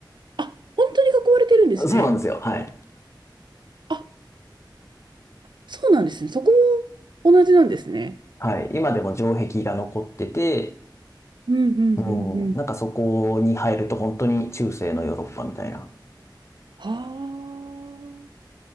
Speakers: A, on the right; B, on the left.
A: あ、本当に囲われてるんですね。
B: そうなんですよ。はい。
A: あ、そうなんですね。そこも同じなんですね。
B: はい。今でも城壁が残ってて、
A: うん、うん、うん、
B: うん。なんかそこに入ると本当に中世のヨーロッパみたいな。
A: はあ、